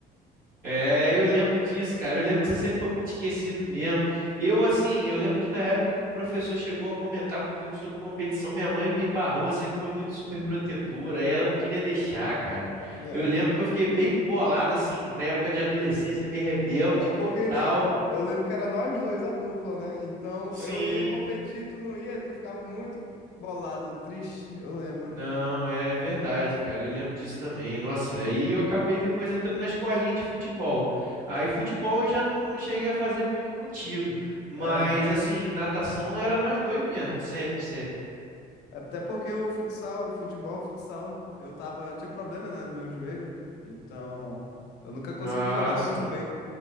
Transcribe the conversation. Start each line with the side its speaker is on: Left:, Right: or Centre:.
Right: É, eu lembro disso, cara. Eu lembro que você sempre foi muito esquecido mesmo. Eu, assim, eu lembro que na época que o professor chegou a comentar comigo sobre competição, minha mãe me barrou, sempre foi muito super protetora, aí ela não queria deixar, cara.
Left: É.
Right: Eu lembro que eu fiquei bem bolado, assim, na época de adolescência, meio rebelde,
Left: É porque ainda.
Right: tal.
Left: Eu lembro que era nós dois a dupla, né? Então
Right: Sim.
Left: eu ia competir, tu não ia, e tu ficava muito bolado, triste, eu lembro.
Right: Não, é verdade, cara. Eu lembro disso também. Nossa, aí eu acabei depois entrando na escolinha de futebol. Aí futebol eu já não, não cheguei a fazer muito contigo. Mas
Left: É.
Right: assim, natação era nós dois mesmo, sempre, sempre.
Left: Até porque o futsal, o futebol, o futsal, eu tava, eu tinha problema, né, no meu joelho, então eu nunca consegui
Right: Ah,
Left: jogar muito
Right: sim.
Left: bem.